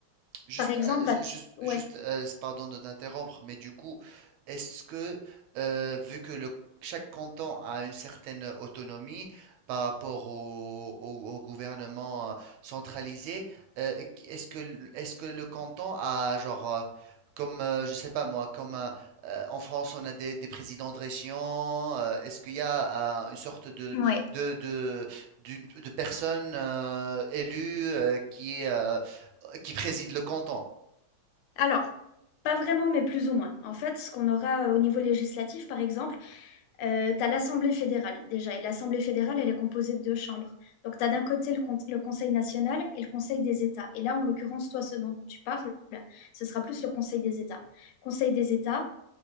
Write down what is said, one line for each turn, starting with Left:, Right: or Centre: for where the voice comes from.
Right: Juste,
Left: par exemple,
Right: euh,
Left: bah,
Right: ju- juste,
Left: ouais,
Right: juste euh, pardon de t'interrompre, mais du coup, est-ce que, euh, vu que le, chaque canton a une certaine autonomie par rapport au, au- au gouvernement euh, centralisé, euh, qu- est-ce que, l- est-ce que le canton a, genre, euh, comme, euh, je sais pas moi, comme euh, euh, en France, on a des, des présidents de région, euh, est-ce qu'il y a euh, une sorte de,
Left: ouais.
Right: de, de, d'une- de personne euh, élue euh, qui est. euh, euh, qui préside le canton.
Left: Alors, pas vraiment, mais plus ou moins. En fait, ce qu'on aura euh, au niveau législatif, par exemple, euh, t'as l'Assemblée fédérale déjà, et l'Assemblée fédérale, elle est composée de deux chambres. Donc, t'as d'un côté le, con- le Conseil national et le Conseil des États. Et là, en l'occurrence, toi, ce dont tu parles, ce sera plus le Conseil des États. Conseil des États.